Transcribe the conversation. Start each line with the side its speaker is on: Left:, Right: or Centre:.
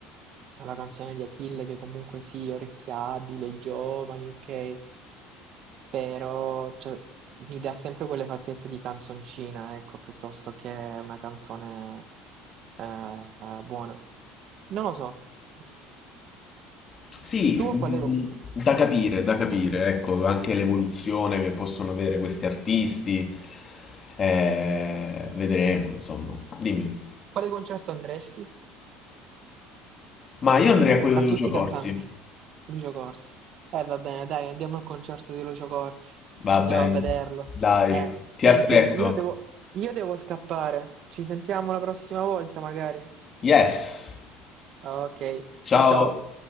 Right: alla canzone di Achille, che comunque sì, orecchiabile, giovani, ok, però cioè, mi dà sempre quelle fattezze di canzoncina, ecco, piuttosto che una canzone eh, buona. Non lo so. Mm,
Left: Sì,
Right: Tu
Left: mh,
Right: quale,
Left: da capire, da capire, ecco, anche l'evoluzione che possono avere questi artisti. Eh, vedremo, insomma. Dimmi.
Right: Quale concerto andresti?
Left: Ma io andrei a quello
Right: Fra
Left: di
Right: tutti
Left: Lucio Corsi.
Right: i cantanti. Lucio Corsi. Eh, va bene, dai, andiamo al concerto di Lucio Corsi.
Left: Va
Right: Andiamo
Left: bene,
Right: a vederlo.
Left: dai,
Right: Eh,
Left: ti
Right: senti,
Left: aspetto.
Right: io devo, io devo scappare. Ci sentiamo la prossima volta, magari.
Left: Yes.
Right: Ok,
Left: Ciao.
Right: ciao ciao.